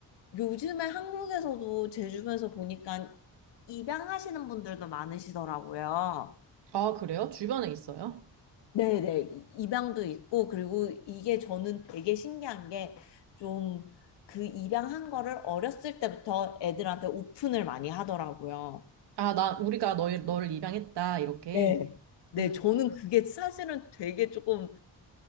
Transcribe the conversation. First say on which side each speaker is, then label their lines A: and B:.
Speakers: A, on the left; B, on the right.
A: 요즘에 한국에서도 제 주변에서 보니까 입양하시는 분들도 많으시더라고요.
B: 아, 그래요? 주변에 있어요?
A: 네네. 이- 입양도 있고, 그리고 이게 저는 되게 신기한 게 좀 그 입양한 거를 어렸을 때부터 애들한테 오픈을 많이 하더라고요.
B: 아, 나 우리가 너, 너를 입양했다 이렇게.
A: 네. 네,
B: 음,
A: 저는 그게 사실은 되게 조금